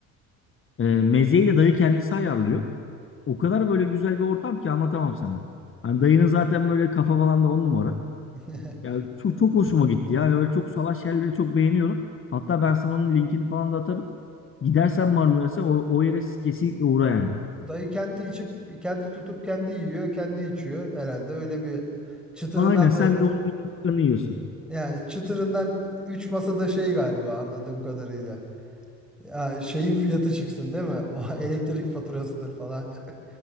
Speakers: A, on the left (about 35°); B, in the centre.
A: E, mezeyi de dayı kendisi ayarlıyor. O kadar böyle güzel bir ortam ki anlatamam sana. Hani dayının zaten böyle kafa falan da on numara.
B: <laughs>
A: Ya çok, çok hoşuma gitti. Yani öyle çok salaş yerleri çok beğeniyorum. Hatta ben sana onun linkini falan da atarım. Gidersen Marmaris'e o, o yere kesinlikle uğra yani.
B: Dayı kendi içip kendi tutup kendi yiyor, kendi içiyor herhalde. Öyle bir çıtırından
A: Aynen sen
B: da
A: de onun yaptıklarını yiyorsun.
B: yani çıtırından 3 masada şey galiba anladığım kadarıyla. Ya şeyin fiyatı çıksın değil mi? O <laughs> elektrik faturasıdır falan. <laughs>